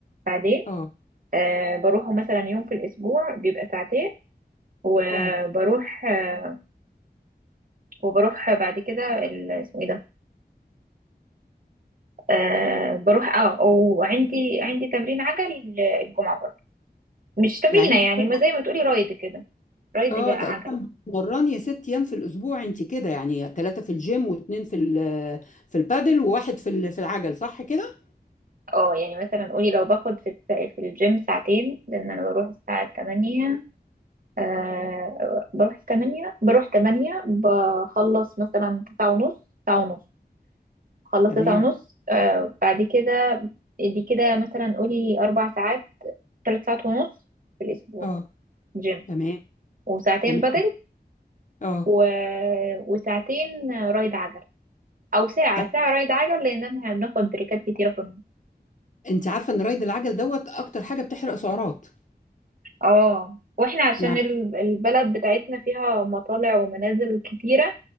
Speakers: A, on the right (about 55°); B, on the left (about 45°).
A: بعدين
B: اه
A: آه بروحه مثلا يوم في الاسبوع بيبقى ساعتين وبروح
B: اه
A: آه وبروح بعد كده ال... اسمه ايه ده آه بروح اه وعندي عندي تمرين عجل الجمعة برضه مش تمرينة
B: يعني انت
A: يعني
B: بت-
A: ما زي ما تقولي رايد كده رايد
B: اه
A: جا-
B: تقريبا
A: عجل
B: بتتمرني ست ايام في الاسبوع انت كده يعني ثلاثه في الجيم واثنين في ال- في البادل وواحد في ال- في العجل صح كده
A: اه يعني مثلا قولي لو باخد في الس- في الجيم ساعتين لان انا بروح الساعة 8 آه بروح 8 بروح 8 بخلص مثلا 9 ونص 9 ونص خلصت
B: تمام
A: 9 ونص آه بعد كده دي كده مثلا قولي اربع ساعات ثلاث ساعات ونص في الاسبوع
B: اه
A: جيم
B: تمام
A: وساعتين
B: تمام
A: بدل
B: اه
A: و... وساعتين رايد عجل او ساعة
B: ده
A: ساعة رايد عجل لان احنا بناخد بريكات كتيرة في النص
B: انت عارفه ان رايد العجل دوت اكتر حاجه بتحرق سعرات
A: اه واحنا عشان
B: يعني
A: ال- البلد بتاعتنا فيها مطالع ومنازل كتيرة